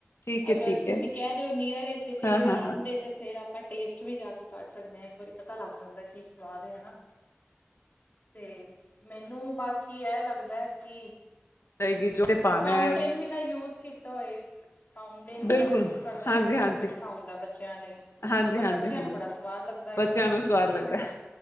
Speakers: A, on the left (about 85°); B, on the left (about 40°).
A: ਠੀਕ
B: ਅਗਰ
A: ਹੈ ਠੀਕ
B: ਤੁਸੀਂ
A: ਹੈ
B: ਕਹਿ ਰਹੇ ਹੋ ਨੀਅਰ ਸਿਟੀ
A: ਹਾਂ
B: ਦੇ
A: ਹਾਂ
B: ਰਉਡ
A: ਹਾਂ
B: ਤੇ ਫੇਰ ਆਪਾਂ ਟੇਸਟ ਵੀ ਜਾ ਕੇ ਕਰ ਸਕਦੇ ਹਾਂ ਇੱਕ ਵਾਰੀ ਪਤਾ ਲੱਗ ਜਾਂਦਾ ਕੀ ਸਵਾਦ ਹੈ ਹਨਾ। ਤੇ ਮੈਨੂੰ ਬਾਕੀ ਇਹ ਲੱਗਦਾ ਹੈ। ਕਿ
A: ਜਾਏਗੀ ਜੋ ਤੇ ਪਾਉਣਾ
B: ਫਾਊਂਟੇਨ
A: ਹੈ
B: ਵੀ ਨਾ ਯੂਜ ਕੀਤਾ ਹੋਏ। ਫਾਂਉਡੇਨ
A: ਬਿਲਕੁਲ
B: ਜਿਹੜਾ ਯੂਜ ਕਰਦੇ
A: ਹਾਂਜੀ
B: ਨੇ ਬਹੁਤ
A: ਹਾਂਜੀ
B: ਮਿੱਠਾ ਹੁੰਦਾ ਬੱਚਿਆਂ ਲਈ
A: ਹਾਂਜੀ
B: ਪਰ
A: ਹਾਂਜੀ
B: ਬੱਚਿਆਂ
A: ਹਾਂਜੀ
B: ਨੂੰ ਬੜਾ ਸਵਾਦ ਲੱਗਦਾ
A: ਬੱਚਿਆਂ
B: ਹੈ ਉਹ
A: ਨੂੰ ਸਵਾਦ ਲੱਗਦਾ।